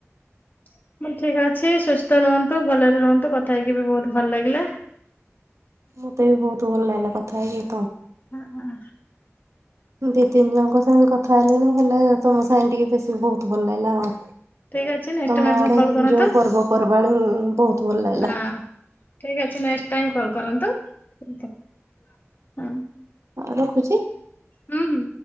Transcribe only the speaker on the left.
<inaudible> ଠିକ ଅଛି ସୁସ୍ଥ ରୁହନ୍ତୁ ଭଲରେ ରୁହନ୍ତୁ କଥା ହେଇକି ବି ବହୁତ ଭଲ ଲାଗିଲା।
ହଁ ହ।
ଠିକ ଅଛି ନେକ୍ସଟ
ଟାଇମ ଆପଣ
କଲ୍ କରନ୍ତୁ
ହଁ
ଠିକ ଅଛି ନେଷ୍ଟଟାଇମ କଲ କରନ୍ତୁ ହଁ।
ହୁଁ ହୁଁ।